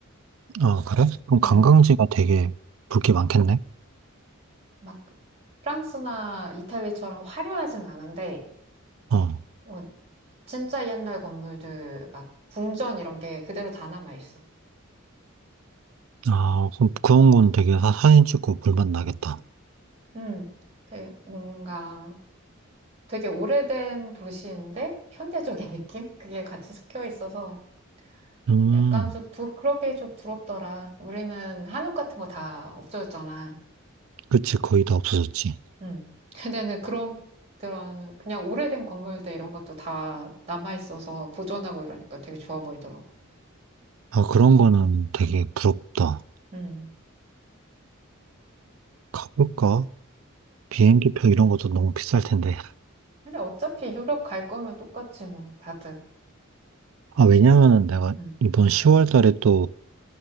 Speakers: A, on the right; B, on the right.
A: 아, 그래? 그럼 관광지가
B: 음.
A: 되게 볼 게 많겠네?
B: 막 프랑스나 이탈리아처럼 화려하진 않은데,
A: 어.
B: 뭐 진짜 옛날 건물들, 막 궁전 이런 게 그대로 다 남아 있어.
A: 아, 그럼 그런 건 되게 사, 사진 찍고 볼만 나겠다.
B: 음, 되게 뭔가 되게 오래된 도시인데 현대적인 <laughs> 느낌? 그게 같이 섞여 있어서
A: 음,
B: 약간 좀 부, 그렇게 좀 부럽더라. 우리는 한옥 같은 거 다 없어졌잖아.
A: 그치. 거의 다 없어졌지.
B: 음, 걔네는 그런 그런 그냥 오래된 건물들 이런 것도 다 남아 있어서 보존하고 이러니까 되게 좋아 보이더라고.
A: 아, 그런 거는 되게
B: 음.
A: 부럽다.
B: 음.
A: 가볼까? 비행기표 이런 것도 너무 비쌀 텐데.
B: 근데 어차피 유럽 갈 거면 똑같지 뭐 다들.
A: 아, 왜냐면은 내가
B: 음.
A: 이번 10월 달에 또